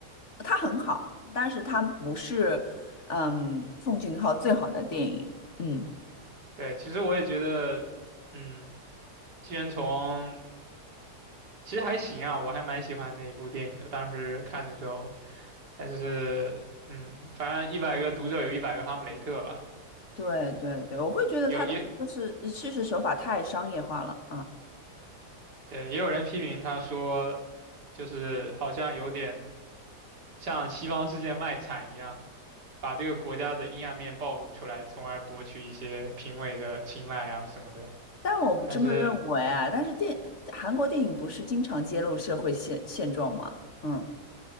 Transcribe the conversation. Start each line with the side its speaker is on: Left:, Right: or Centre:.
Left: 他很好，但是他不是，嗯，奉俊昊最好的电影。嗯，
Right: <laughs> 对，其实我也觉得，嗯，寄生虫其实还行啊，我还蛮喜欢那一部电影的，当时看的时候，但是，嗯，反正一百个读者有一百个哈姆雷特吧，
Left: 对对对，我会觉得他的就是叙事手法太商业化了啊。
Right: 有也对，也有人批评他说，就是好像有点像西方世界卖惨一样，把这个国家的阴暗面暴露出来，从而博取一些评委的青睐啊什么的。
Left: 但我不这么认为啊。
Right: 但是
Left: 但是电韩国电影不是经常揭露社会现现状吗？嗯